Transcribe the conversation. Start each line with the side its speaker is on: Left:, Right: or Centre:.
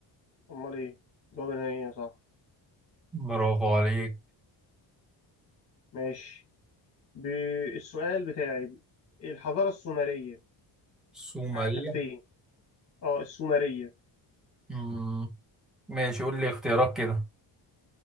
Left: أمال إيه جواب نهائي صح
Centre: برافو عليك
Left: ماشي بالسؤال بتاعي الحضارة السومرية
Centre: سومرية
Left: ع- كانت فين؟ اه السومرية
Centre: امم ماشي قول لي اختيارات كده